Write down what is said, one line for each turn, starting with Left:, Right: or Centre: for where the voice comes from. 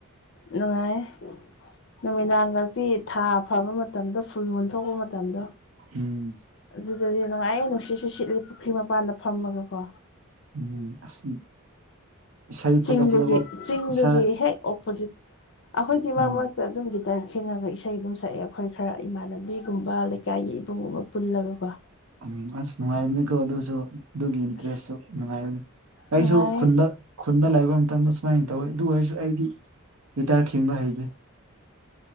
Left: ꯅꯨꯡꯉꯥꯏꯌꯦ ꯅꯨꯃꯤꯗꯥꯡꯒꯛꯇꯤ ꯊꯥ ꯐꯕ ꯃꯇꯝꯗꯣ ꯐꯨꯜ ꯃꯨꯟ ꯊꯣꯛꯄ ꯃꯇꯝꯗꯣ
Right: ꯎꯝ
Left: ꯑꯗꯨꯗꯗꯤ ꯅꯨꯡꯉꯥꯏꯌꯦ ꯅꯨꯡꯁꯤꯠꯁꯨ ꯁꯤꯠꯂꯤ ꯄꯨꯈ꯭ꯔꯤ ꯃꯄꯥꯟꯗ ꯐꯝꯃꯒꯀꯣ
Right: ꯎꯝ ꯑꯁ ꯏꯁꯩ ꯐꯖ
Left: ꯆꯤꯡꯗꯨꯒꯤ
Right: ꯐꯖꯕ
Left: ꯆꯤꯡꯗꯨꯒꯤ
Right: ꯏꯁꯥ
Left: ꯍꯦꯛ ꯑꯣꯄꯣꯖꯤꯠ ꯑꯩꯈꯣꯏꯗꯤ ꯃꯔꯛ
Right: ꯎꯝ
Left: ꯃꯔꯛ ꯇ ꯑꯗꯨꯝ ꯒꯤꯇꯔ ꯈꯤꯡꯉꯒ ꯏꯁꯩ ꯑꯗꯨꯝ ꯁꯛꯑꯦ ꯑꯩꯈꯣꯏ ꯈꯔ ꯏꯃꯥꯟꯅꯕꯤꯒꯨꯝꯕ ꯂꯩꯀꯥꯏꯒꯤ ꯏꯕꯨꯡꯒꯨꯝꯕ ꯄꯨꯜꯂꯒꯀꯣ
Right: ꯎꯝ ꯑꯁ ꯅꯨꯡꯉꯥꯏꯕꯅꯤꯀꯣ ꯑꯗꯨꯁꯨ ꯑꯗꯨꯒꯤ ꯏꯟꯇ꯭ꯔꯦꯁꯁꯨ
Left: ꯑꯁ
Right: ꯅꯨꯡꯉꯥꯏꯕꯅꯤ ꯑꯩꯁꯨ
Left: ꯅꯨꯡꯉꯥꯏ
Right: ꯈꯨꯟꯗ ꯈꯨꯟꯗ ꯂꯩꯕ ꯃꯇꯝꯗ ꯁꯨꯃꯥꯏꯅ ꯇꯧꯋꯦ ꯑꯗꯨ ꯑꯣꯏꯔꯁꯨ ꯑꯩꯗꯤ ꯒꯤꯇꯔ ꯈꯤꯡꯕ ꯍꯩꯗꯦ